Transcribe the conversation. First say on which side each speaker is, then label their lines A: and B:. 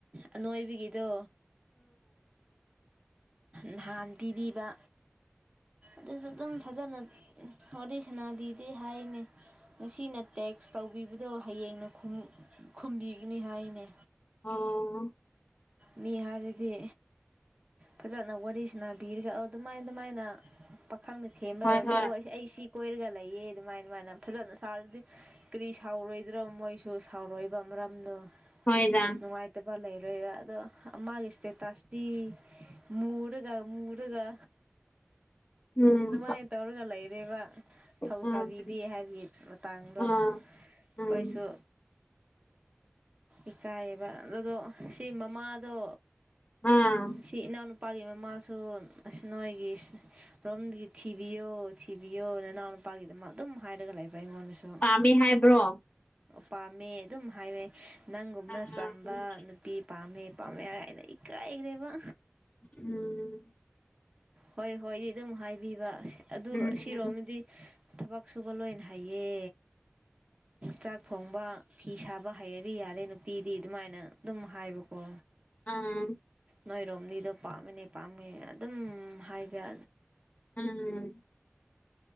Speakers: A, on the right (about 25°); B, on the left (about 35°).
A: ꯑꯅꯣꯏꯕꯒꯤꯗꯣ ꯅꯍꯥꯟ ꯄꯤꯕꯤꯕ ꯑꯗꯨꯁꯨ ꯑꯗꯨꯝ ꯐꯖꯅ ꯋꯥꯔꯤ ꯁꯥꯟꯅꯥꯕꯤꯗꯦ ꯍꯥꯏꯅꯦ ꯉꯁꯤꯅ ꯇꯦꯛꯁ ꯇꯧꯕꯤꯕꯗꯣ ꯍꯌꯦꯡꯅ ꯈꯨꯝ ꯈꯨꯝꯕꯤꯒꯅꯤ ꯍꯥꯏꯅꯦ
B: ꯑꯣ
A: ꯃꯤ ꯍꯥꯏꯔꯗꯤ ꯐꯖꯅ ꯋꯥꯔꯤ ꯁꯤꯅꯥꯕꯤꯔꯒ ꯑꯗꯨꯃꯥꯏ ꯑꯗꯨꯃꯥꯏꯅ ꯄꯥꯈꯪꯗ ꯊꯦꯝꯕ
B: ꯍꯣꯏ
A: ꯑꯣꯏꯔꯗꯤ
B: ꯍꯣꯏ
A: ꯑꯣ ꯑꯩ ꯑꯩꯁꯤ ꯀꯣꯏꯔꯒ ꯂꯩꯌꯦ ꯑꯗꯨꯃꯥꯏ ꯑꯗꯨꯃꯥꯏꯅ ꯐꯖꯅ ꯁꯥꯔꯗꯤ ꯀꯔꯤ ꯁꯥꯎꯔꯣꯏꯗ꯭ꯔꯣ ꯃꯣꯏꯁꯨ ꯁꯥꯎꯔꯣꯏꯕ ꯃꯔꯝꯗꯣ
B: ꯍꯣꯏꯗꯥ
A: ꯅꯨꯡꯉꯥꯏꯇꯕ ꯂꯩꯔꯦꯔꯥ ꯑꯗꯣ ꯃꯥꯒꯤ ꯏꯁꯇꯦꯇꯥꯁ ꯇꯤ ꯃꯨꯔꯒ ꯃꯨꯔꯒ
B: ꯎꯝ
A: ꯑꯗꯨꯃꯥꯏ ꯇꯧꯔꯒ ꯂꯩꯔꯦꯕ ꯊꯧꯁꯥꯕꯤꯗꯦ
B: ꯎꯝ
A: ꯍꯥꯏꯕꯒꯤ ꯃꯇꯥꯡꯗꯣ
B: ꯑ
A: ꯑꯩꯈꯣꯏꯁꯨ
B: ꯎꯝ
A: ꯏꯀꯥꯏꯌꯦꯕ ꯑꯗꯨꯗꯣ ꯁꯤ ꯃꯃꯥꯗꯣ
B: ꯑꯥ
A: ꯁꯤ ꯏꯅꯥꯎꯅꯨꯄꯥꯒꯤ ꯃꯃꯥꯁꯨ ꯑꯁ ꯅꯣꯏꯒꯤ ꯔꯣꯝꯗꯒꯤ ꯊꯤꯕꯤꯌꯣ ꯊꯤꯕꯤꯌꯣ ꯅꯅꯥꯎ ꯅꯨꯄꯥꯒꯤꯗꯃꯛ ꯑꯗꯨꯝ ꯍꯥꯏꯔꯒ ꯂꯩꯕ ꯑꯩꯉꯣꯟꯗꯁꯨ
B: ꯄꯥꯝꯃꯦ ꯍꯥꯏꯕ꯭ꯔꯣ
A: ꯄꯥꯝꯃꯦ ꯑꯗꯨꯝ ꯍꯥꯏꯋꯦ ꯅꯪꯒꯨꯝꯅ
B: ꯎꯝ
A: ꯆꯝꯕ ꯅꯨꯄꯤ ꯄꯥꯝꯃꯦ ꯄꯥꯝꯃꯦ ꯍꯥꯏꯔꯥ ꯑꯩꯅ ꯏꯀꯥꯏꯒ꯭ꯔꯦꯕ
B: ꯎꯝ
A: ꯍꯣꯏ ꯍꯣꯏꯗꯤ ꯑꯗꯨꯝ ꯍꯥꯏꯕꯤꯕ ꯑꯗꯨ
B: ꯎꯝ ꯎꯝ
A: ꯁꯤꯔꯣꯝꯗꯗꯤ ꯊꯕꯛ ꯁꯨꯕ ꯂꯣꯏꯅ ꯍꯩꯌꯦ ꯆꯥꯛ ꯊꯣꯡꯕ ꯐꯤ ꯁꯥꯕ ꯍꯩꯔꯗꯤ ꯌꯥꯔꯦ ꯅꯨꯄꯤꯗꯤ ꯑꯗꯨꯃꯥꯏꯅ ꯑꯗꯨꯝ ꯍꯥꯏꯕꯀꯣ
B: ꯑꯝ
A: ꯅꯣꯏꯔꯣꯝꯗꯤꯗꯣ ꯄꯥꯝꯃꯤꯅꯦ ꯄꯥꯝꯃꯤ ꯑꯗꯨꯝ ꯍꯥꯏꯕ
B: ꯎꯝ